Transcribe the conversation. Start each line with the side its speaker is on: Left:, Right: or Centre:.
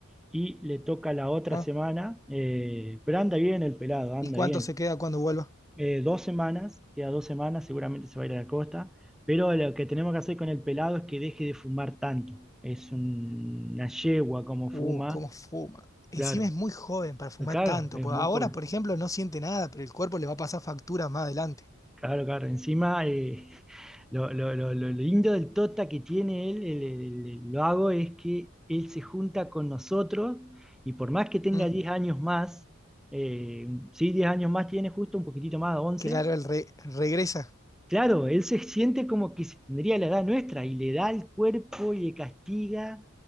Centre: y le toca la otra
Left: Ah,
Centre: semana, eh, pero anda bien el pelado, anda
Left: ¿y cuánto
Centre: bien.
Left: se queda cuando vuelva?
Centre: eh, dos semanas, queda dos semanas, seguramente se va a ir a la costa, pero lo que tenemos que hacer con el pelado es que deje de fumar tanto. Es un- una yegua como fuma,
Left: Uh, cómo fuma. Encima
Centre: claro,
Left: es muy joven para fumar
Centre: claro,
Left: tanto.
Centre: es
Left: pues
Centre: muy
Left: Ahora,
Centre: joven,
Left: por ejemplo, no siente nada, pero el cuerpo le va a pasar factura más adelante.
Centre: claro, claro. Encima, eh, <laughs> lo, lo- lo- lo lindo del Tota que tiene él, el, el- el vago, es que él se junta con nosotros y por más que tenga
Left: ¿Mm?
Centre: 10 años más, eh, sí, 10 años más tiene, justo un poquitito más, 11.
Left: Claro, él re- regresa.
Centre: Claro, él se siente como que si tendría la edad nuestra y le da el cuerpo y le castiga